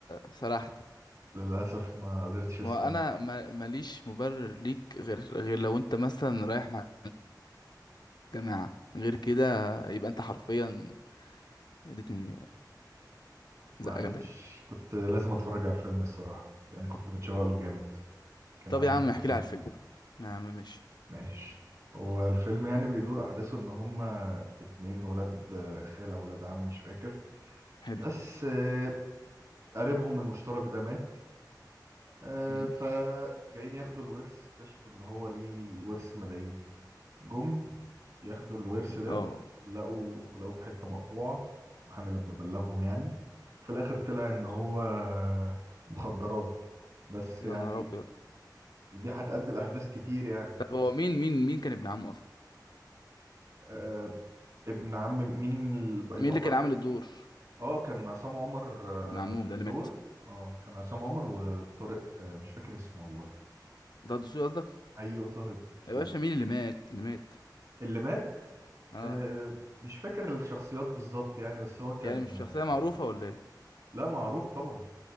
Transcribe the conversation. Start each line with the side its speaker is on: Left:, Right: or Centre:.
Left: سرحت
Right: للأسف ما قدرتش استنى
Left: وانا ما- ماليش مبرر ليك غير غير لو انت مثلا رايح مع الجماعه غير كده يبقى انت حرفيا اديتني زقه
Right: معلش
Left: جامده يعني
Right: كنت لازم اتفرج على الفيلم الصراحة يعني كنت متشوق له جامد كان
Left: طب
Right: عليه
Left: يا عم
Right: لسه
Left: احكي
Right: جامد
Left: لي على الفيلم يا عم ماشي
Right: ماشي هو الفيلم يعني بيدور أحداثه إن هما اتنين ولاد آه، خال أو ولاد عم مش فاكر
Left: حلو
Right: بس آه، قريبهم المشترك ده مات آه،
Left: أمم.
Right: فجايين ياخدوا الورث اكتشفوا إن هو ليه ورث ملايين جم ياخدوا الورث ده
Left: اه
Right: لقوا لقوا في حتة مقطوعة محامي لما بلغهم يعني في الآخر طلع إن هو مخدرات بس
Left: يا
Right: يعني
Left: نهار ابيض
Right: دي هتأدي لأحداث كتير يعني
Left: طب هو
Right: بس
Left: مين مين مين كان ابن عمه اصلا
Right: آه ابن عم مين الب- البطل
Left: مين اللي كان عامل
Right: يعني
Left: الدور
Right: اه كان عصام عمر آه
Left: ابن عمهم ده
Right: في الدور
Left: اللي مات
Right: اه كان عصام عمر وطارق آه مش فاكر اسمه والله
Left: ده الدسوقي قصدك
Right: ايوه طه دسوقي
Left: يا باشا مين اللي مات اللي مات
Right: اللي مات
Left: اه
Right: آه مش فاكر الشخصيات بالظبط يعني بس هو كان
Left: يعني مش شخصيه
Right: آه،
Left: معروفه ولا ايه
Right: لا معروف طبعا